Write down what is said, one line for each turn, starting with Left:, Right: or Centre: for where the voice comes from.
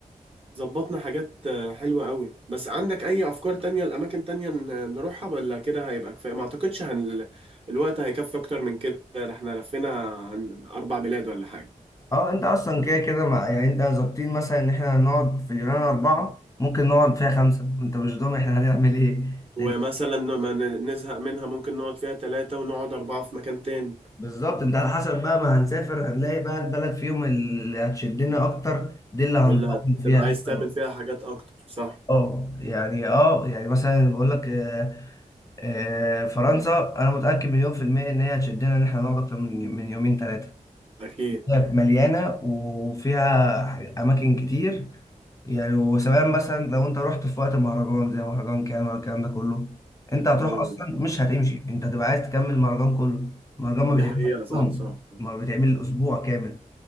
Right: ظبطنا حاجات حلوة قوي بس عندك اي افكار تانية لاماكن تانية ن- نروحها ولا كده هيبقى كفاية ما اعتقدش هن... الوقت هيكفي اكتر من كده احنا لفينا عن اربع بلاد ولا حاجة
Left: اه انت اصلا كده كده مع يعني انت ظابطين مثلا ان احنا هنقعد في اليونان اربعة ممكن نقعد فيها خمسة انت مش ضامن احنا هنعمل ايه
Right: ومثلا
Left: لان
Right: ما ن- نزهق منها ممكن نقعد فيها ثلاثة ونقعد اربعة في مكان تاني
Left: بالظبط انت على حسب بقى ما هنسافر هنلاقي بقى البلد فيهم اللي هتشدنا اكتر دي اللي هنطول
Right: ولا
Left: فيها
Right: تبقى عايز
Left: شويه
Right: تعمل فيها حاجات اكتر صح
Left: اه يعني اه يعني مثلا بقول لك آه، آه، فرنسا انا متاكد مليون في الميه ان هي هتشدنا ان احنا نقعد اكتر من من يومين ثلاثه
Right: اكيد
Left: هي مليانه وفيها اماكن كتير يعني وسواء مثلا لو انت رحت في وقت مهرجان زي مهرجان كان ولا الكلام ده كله انت هتروح
Right: مم.
Left: اصلا مش هتمشي انت هتبقى عايز تكمل المهرجان كله المهرجان ما
Right: دي
Left: بيتعملش
Right: حقيقة
Left: في
Right: صح
Left: يوم
Right: صح
Left: ما بيتعمل اسبوع كامل